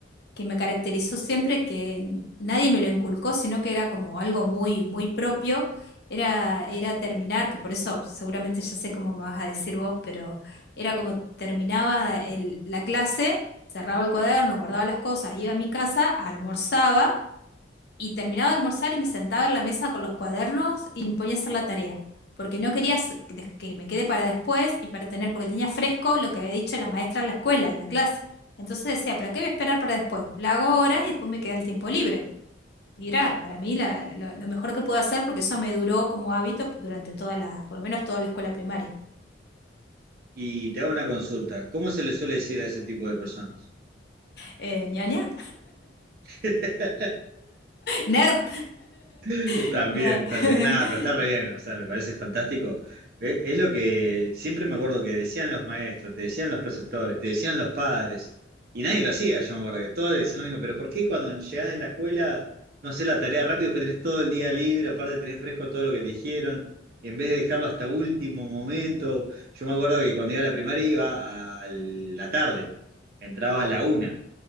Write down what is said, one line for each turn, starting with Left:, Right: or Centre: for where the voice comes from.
Left: que me caracterizó siempre, que nadie me lo inculcó, sino que era como algo muy, muy propio, era, era terminar, que por eso seguramente ya sé cómo me vas a decir vos, pero era como terminaba el- la clase, cerraba el cuaderno, guardaba las cosas, iba a mi casa, almorzaba y terminaba de almorzar y me sentaba en la mesa con los cuadernos y me ponía a hacer la tarea, porque no quería s- de- que me quede para después y para tener, porque tenía fresco lo que había dicho la maestra en la escuela, en la clase. Entonces decía, ¿para qué voy a esperar para después? La hago ahora y después me queda el tiempo libre. Y era para mí la- lo, lo mejor que pude hacer porque eso me duró como hábito durante toda la, por lo menos toda la escuela primaria.
Right: Y te hago una consulta. ¿Cómo se le suele decir a ese tipo de personas?
Left: Eh, ña, ña.
Right: <laughs>
Left: Nerd.
Right: <laughs>
Left: <laughs>
Right: También,
Left: No.
Right: también. Nada, pero está re
Left: <laughs>
Right: bien, o sea, me parece fantástico. Eh, Es lo que siempre me acuerdo que decían los maestros, te decían los preceptores, te decían los padres, y nadie lo hacía, yo me acuerdo que todos decían lo mismo, pero ¿por qué cuando llegás de la escuela no haces la tarea rápido, después tenés todo el día libre, aparte tenés fresco todo lo que te dijeron, y en vez de dejarlo hasta último momento, yo me acuerdo que cuando iba a la primaria iba a la tarde, entraba a la una.